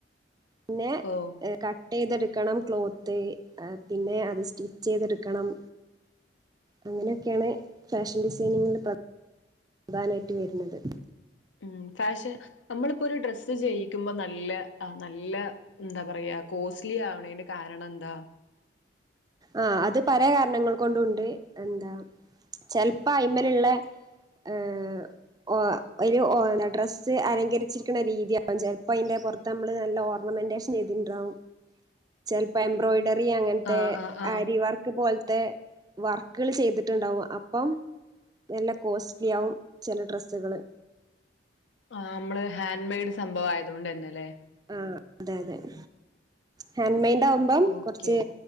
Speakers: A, on the right (about 20°); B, on the left (about 80°).
A: പ്ന്നെ
B: ഓ
A: ക ട്ടീത്ട്ക്കണം ക്ലോത്ത് അഹ് പിന്നെ അത് സ്റ്റിച്ചീത്ട്ക്കണം അങ്ങനെയൊക്യേണ് ഫാഷൻ ഡിസൈനിങ്ങില് പ്ര പ്രധാനായ്റ്റ് വര്ന്നത്
B: ഉം കാഷ് നമ്മള്പ്പൊരു ഡ്രസ്സ് ജെയ്യിക്കു മ്പം ന ഇല്ല അഹ് നല്ല ന്താപറയാ കോസ് ലി ആവ്ണേയ്ന്റെ കാരണംന്താ
A: ആഹ് അത് പല കാര്നങ്ങൾ കൊണ്ടുണ്ട് എന്താ ചെൽപ്പോ അയ്മല് ള്ളേ ഏഹ് ഓഹ് ഒരു ഒഹ് ഡ്രസ്സ് അലങ്കരിച്ചിര്ക്ണ രീതിയാകും ചെൽപ്പോയ്ന്റെ പൊർത്തമ്മള് നല്ല ഓർണമെന്റേഷ് ഞതിണ്ട്രാവും ചെൽപ്പ എംബ്രോയിഡറി അങ്ങൻത്തെ
B: ആഹ് ആഹ് ആഹ്
A: ഇവർക്ക് പോൽത്തെ വർക്കള് ചെയ്ത്ട്ട്ണ്ടാവും അപ്പം എല്ല കോസ് ലിയാവും ചെല ഡ്രസ്സുകള്
B: ആഹ് മ്മള് ഹേൻ മേയ്ഡ് സംഭവാ യതോണ്ടന്നെലേ
A: ആഹ് തെ അതെം ഹേൻമൈഡാവുമ്പം
B: ഓക്കെ
A: കൊർച്ച്